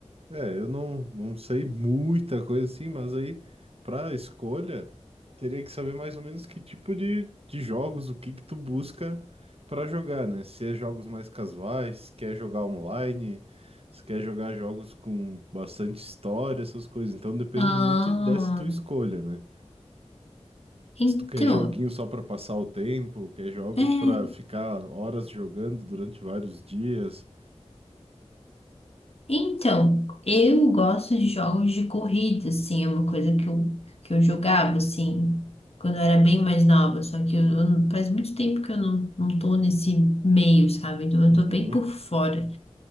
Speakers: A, on the right; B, on the left.
A: É, eu não, não sei muita coisa assim, mas aí, pra escolha, teria que saber mais ou menos que tipo de, de jogos, o que que tu busca pra jogar, né? Se é jogos mais casuais, se quer jogar online, se quer jogar jogos com bastante história, essas coisas. Então depende
B: Ah,
A: muito dessa tua escolha, né?
B: então,
A: Se tu quer joguinho só pra passar o tempo, quer jogos
B: é.
A: pra ficar horas jogando durante vários dias.
B: Então, eu gosto de jogos de corrida, assim, é uma coisa que eu, que eu jogava, assim, quando eu era bem mais nova, só que eu, eu não- faz muito tempo que eu não, não tô nesse meio, sabe? Então eu
A: Uhum,
B: tô bem por fora.